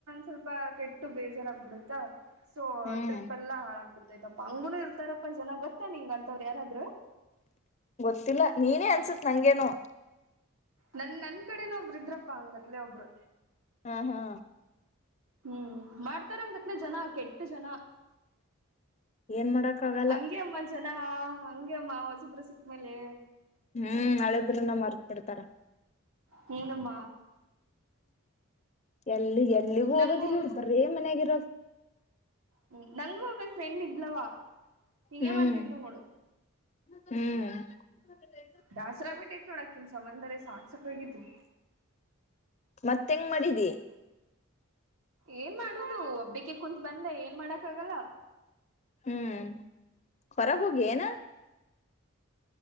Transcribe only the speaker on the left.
ಹ್ಮ್
ಗೊತ್ತಿಲ್ಲ ನೀನೇ ಅನ್ಸತ್ ನಂಗೇನು
ಹಾ ಹಾ
ಏನ್ ಮಾಡಕ್ ಆಗಲ್ಲ
ಹ್ಮ್ ಹಳೆಬ್ರನ್ನ ಮರ್ತ್ ಬಿಡ್ತಾರ
ಎಲ್ಲಿ ಎಲ್ಲಿಗೂ ಹೋಗೋದಿಲ್ಲ
ನೋಡ ಬರೇ ಮನ್ಯಗರಕ್
ಹ್ಮ್
ಹ್ಮ್
ಮತ್ತ ಹೆಂಗ್ ಮಾಡಿದಿ
ಹ್ಮ್ ಹೊರಗ ಹೋಗಿ ಏನಾ